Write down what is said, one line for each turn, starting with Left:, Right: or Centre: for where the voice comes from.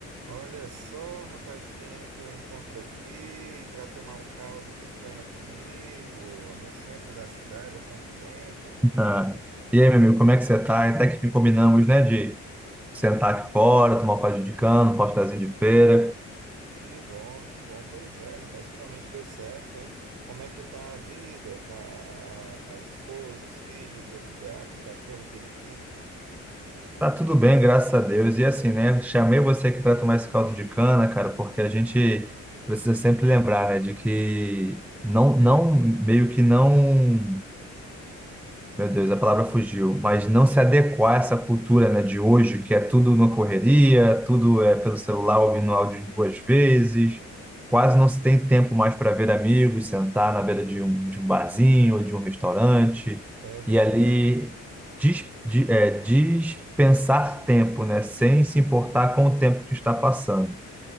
Right: Olha só, rapaz, quem é que eu encontro aqui para tomar um caldo de cana comigo no centro da cidade há quanto tempo?
Centre: Ah, e aí, meu amigo, como é que você tá? Até que combinamos, né, de sentar aqui fora, tomar um caldinho de cana, um pastazinho de feira.
Right: Que bom, que bom. Pois é, rapaz, finalmente deu certo, hein? Como é que tá a vida? Tá a, a, a esposa, os filhos, o gato, o cachorro, o periquito?
Centre: Tá tudo bem, graças a Deus. E assim, né, chamei você aqui para tomar esse caldo de cana, cara, porque a gente precisa sempre lembrar, né, de que não, não, meio que não. Meu Deus, a palavra fugiu, mas não se adequar a essa cultura, né, de hoje, que é tudo na correria, tudo é pelo celular ouvindo áudio duas vezes, quase não se tem tempo mais para ver amigos, sentar na beira de um, de um barzinho ou de um restaurante
Right: É verdade,
Centre: e ali dis- di- é, dispensar tempo, né, sem se importar com o tempo que está passando.